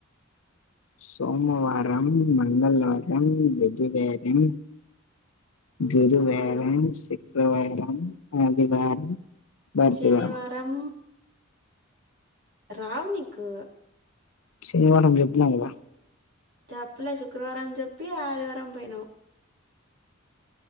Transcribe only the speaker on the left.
సోమవారం మంగళవారం బుధవారం
గురువారం
శుక్రవారం ఆదివారం భారతివారం
శనివారం చెప్పిన కదా